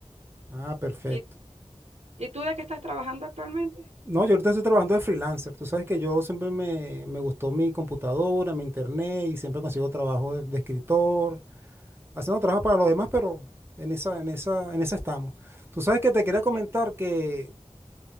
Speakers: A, on the right (about 20°); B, on the right (about 85°).
A: Ah, perfecto.
B: ¿Y, y tú de qué estás trabajando actualmente?
A: No, yo ahorita estoy trabajando de freelancer. Tú sabes que yo siempre me, me gustó mi computadora, mi internet y siempre consigo trabajo de, de escritor, haciendo trabajo para los demás, pero en esa, en esa, en esa estamos. Tú sabes que te quería comentar
B: Eh,
A: que,